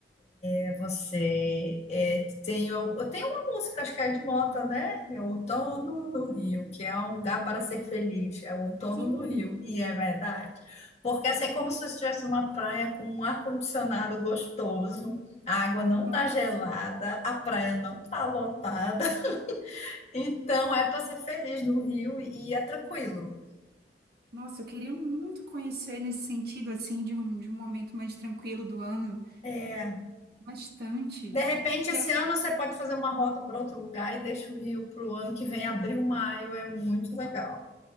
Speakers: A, on the left; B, on the right.
A: é você. É, tem, eu, eu tenho uma música, acho que é de Mota, né? É Outono no Rio, que é um lugar para ser feliz. É o outono
B: Sim.
A: no Rio, e é verdade. Porque assim, é como se eu estivesse numa praia com um ar-condicionado gostoso, a água não
B: Nossa,
A: tá gelada, a praia não tá lotada. <laughs> Então é para ser feliz no Rio e é tranquilo.
B: nossa, eu queria muito conhecer nesse sentido, assim, de um, de um momento mais tranquilo do ano,
A: É.
B: bastante.
A: De repente,
B: Porque
A: esse
B: é,
A: ano você pode fazer uma rota para outro lugar e deixa o Rio para o ano que vem, abril, maio, é muito legal.